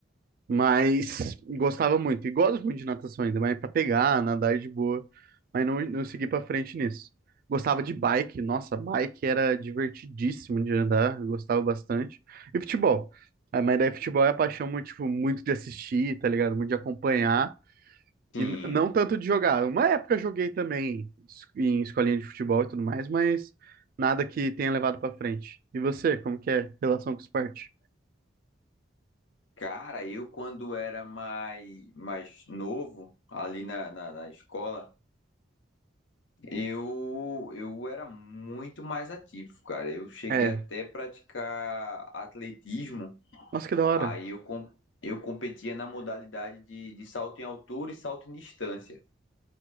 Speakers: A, on the right (about 50°); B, on the left (about 85°).
A: mas gostava muito, e gosto muito de natação ainda, mas pra pegar, nadar é de boa, mas não, não segui pra frente nisso. Gostava de bike, nossa, bike era divertidíssimo de andar, eu gostava bastante. E futebol, Ah, mas daí futebol é a paixão muito, tipo, muito de assistir, tá ligado? Muito de acompanhar.
B: Sim.
A: E n- não tanto de jogar. Uma época eu joguei também es- em escolinha de futebol e tudo mais, mas nada que tenha levado pra frente. E você, como que é relação com o esporte?
B: Cara, eu quando era mais, mais novo, ali na, na na escola. Eu, eu era muito mais ativo, cara. Eu cheguei
A: É.
B: até a praticar atletismo.
A: Nossa, que da hora.
B: Aí eu, com- eu competia na modalidade de, de salto em altura e salto em distância.